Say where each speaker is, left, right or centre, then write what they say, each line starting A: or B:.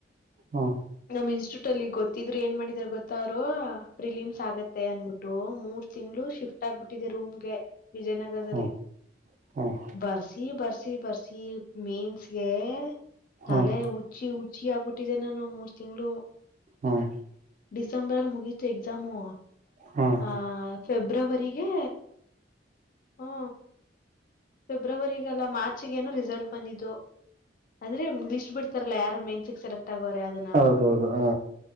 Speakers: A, on the right; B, on the left.
A: ಹಾ
B: ನಮ್ ಇನ್ಸ್ಟಿಟ್ಯೂಟ್ ಅಲ್ಲಿ ಗೊತ್ತಿದ್ರು ಏನ್ ಮಾಡಿದ್ರ ಗೊತ್ತ ಅವರು ರಿಲೀಸ್ ಆಗತ್ತೆ ಅನ್ಬಿಟ್ಟು ಮೂರ್ ತಿಂಗಳು ಶಿಫ್ಟ್ ಆಗ್ಬಿಟ್ಟಿದೆ ರೂಮ್ಗೆ ವಿಜಯನಗರದಲ್ಲಿ
A: ಹ್ಮ್ ಹ್ಮ್ ಹ್ಮ್
B: ಬರ್ಸಿ ಬರ್ಸಿ ಬರ್ಸಿ ಮೀನ್ಸ್ಗೆ ತಲೆ
A: ಹ್ಮ್
B: ಹುಚ್ಚಿ ಹುಚ್ಚಿ ಆಗ್ಬಿಟ್ಟಿದೆ ನಾನು ಮೂರ್ ತಿಂಗಳು
A: ಹ್ಮ್
B: ಡಿಸೆಂಬರ ಮುಗಿತ ಎಕ್ಸಾಮು.
A: ಹ್ಮ್
B: ಹಾ ಫೆಬ್ರವರಿಗೆ ಹ್ಮ ಫೆಬ್ರವರಿಗಲ್ಲ ಮಾರ್ಚ ಏನು ರಿಜೆ ರಿಸಲ್ಟ್ ಬಂದಿದ್ದು ಅಂದ್ರೆ ಲಿಸ್ಟ್ ಬಿಡ್ತಾರಲ್ಲ ಯಾರ ಮನ್ಸ್ ಸೆಲೆಕ್ಟ್ ಆಗೋರೆ ಅದ
A: ಹೌದೌ ಹೌದ ಹಾ